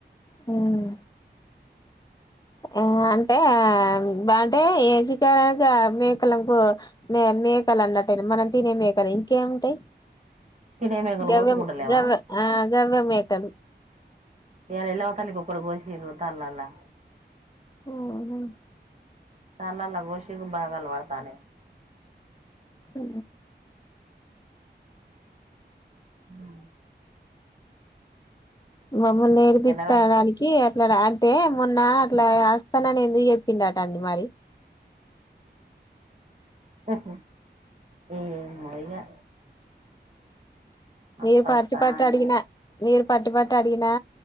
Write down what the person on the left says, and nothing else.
హ్మ్ ఆ అంటే ఆ అంటే ఏసి కారు మేకకు మే మేకలు అన్నట్ట మనం తినే మేకలు ఇంకేం టే
గవ్యం
గవ్య గవ్యం మే టెం
హ్మ్
స
మమ్మల్ని నేర్పిచడానికి
అట్లా అంటే మొన్న అట్లా వస్తాననిందుకు చెప్పిండటండి మరి
మీరు
పట్టి
పట్
అడిగిన మీరు పట్ పట్టు అడిగినా